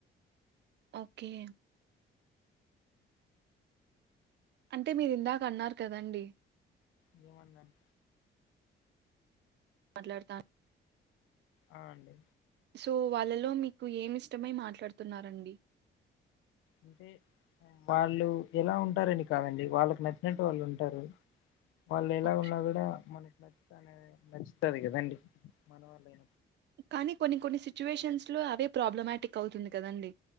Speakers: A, on the right (about 60°); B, on the left (about 85°).
A: ఓకే అంటే మీరు ఇందాక అన్నారు కదండి
B: జువందన్
A: మాట్లాడతాను
B: అవు అండి
A: సో వాళ్ళలో మీకు ఏమి ఇష్టమై మాట్లాడుతున్నారండి
B: అంటే వాళ్ళు ఎలా ఉంటారని కాదండి వాళ్ళకి నచ్చినట్టు వాళ్ళు ఉంటారు వాళ్ళు ఎలా
A: ఓకే.
B: ఉన్నా కూడా మనకు నచ్చుతనే నచ్చుతుది కదండి మన వాళ్ళయి
A: కానీ కొన్ని కొన్ని సిచ్యువేషన్స్ లో అవే ప్రాబ్లమాటిక్ అవుతుంది కదండి